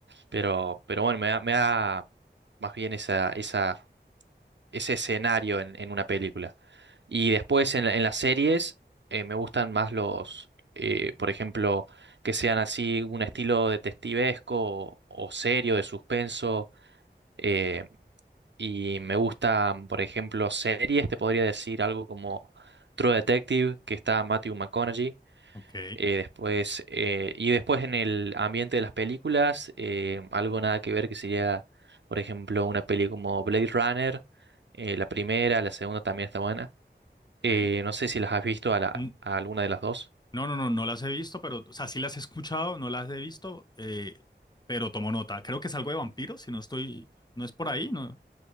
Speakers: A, on the right; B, on the left.
A: Pero, pero bueno, me da, me da más bien esa, esa ese escenario en, en una película. Y después en, la- en las series eh, me gustan más los, eh, por ejemplo, que sean así un estilo detectivesco o, o serio, de suspenso. eh, y me gustan, por ejemplo, series, te podría decir algo como True Detective, que está Matthew McConaughey.
B: ok,
A: Eh, después, eh, y después en el ambiente de las películas, eh, algo nada que ver que sería, por ejemplo, una peli como Blade Runner, eh, la primera, la segunda también está buena.
B: ok.
A: Eh, no sé si las has visto a, la-
B: Mm,
A: a alguna de las dos.
B: No, no, no, no las he visto, pero, o sea, sí las he escuchado, no las he visto, eh, pero tomo nota. Creo que es algo de vampiros, si no estoy, no es por ahí, ¿no?